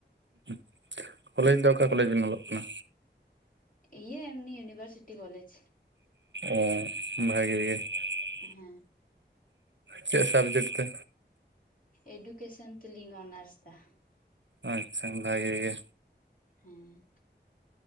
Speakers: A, on the right; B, on the left.
A: <inaudible> ᱠᱚᱞᱮᱡᱽ ᱫᱚ ᱚᱠᱟ ᱠᱚᱞᱮᱡ ᱵᱮᱱ ᱚᱞᱚᱜ ᱠᱟᱱᱟ
B: ᱤᱭᱟᱹ ᱮᱢᱱᱤ <unintelligible> ᱩᱱᱤᱵᱚᱨᱥᱤᱴᱤ ᱠᱚᱞᱡᱽ
A: ᱚ ᱵᱷᱟᱜᱤ ᱜᱮ <unintelligible>
B: ᱦᱮᱸ
A: ᱪᱮᱫ ᱥᱟᱵᱡᱮᱠᱴ ᱛᱮ
B: ᱮᱰᱩᱠᱮᱥᱚᱱ ᱛᱮᱞᱤᱧ ᱚᱱᱟᱨᱥ ᱮᱫᱟ
A: ᱟᱪᱪᱷᱟ ᱵᱷᱟᱜᱤ ᱜᱮ
B: ᱦᱮᱸ